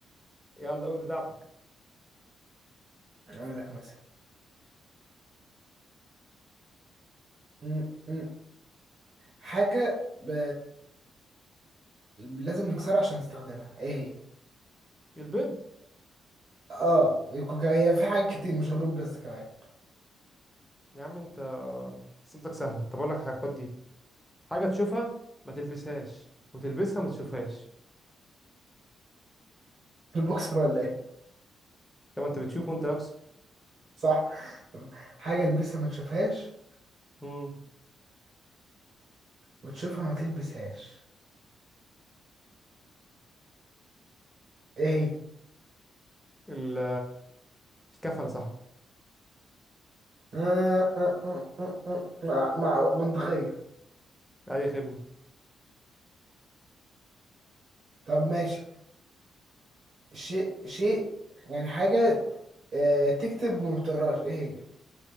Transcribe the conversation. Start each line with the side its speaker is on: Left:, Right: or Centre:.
Centre: يلا قول بتاعتك
Right: أقول لك مثلا م- م. حاجة ب... لازم نكسرها عشان نستخدمها إيه هي؟
Centre: البيض
Right: آه يكون- هي في حاجات كتير مش رابط بس كمان
Centre: يا عم انت أسئلتك سهلة طب أقول لك حاجة خد دي حاجة تشوفها ما تلبسهاش وتلبسها ما تشوفهاش
Right: البوكسر ولا إيه
Centre: طب انت بتشوفه وانت لابسه
Right: صح <laughs> حاجة البسها ما تشوفهاش
Centre: امم
Right: وتشوفها ما تلبسهاش ايه هي
Centre: ال- الكفن يا صاحبي
Right: آه، آه، آه، آه، آه، مع مع- منطقية
Centre: أي خدمة
Right: طب ماشي شيء شيء يعني حاجة آه، تكتب وما بتقراش ايه هي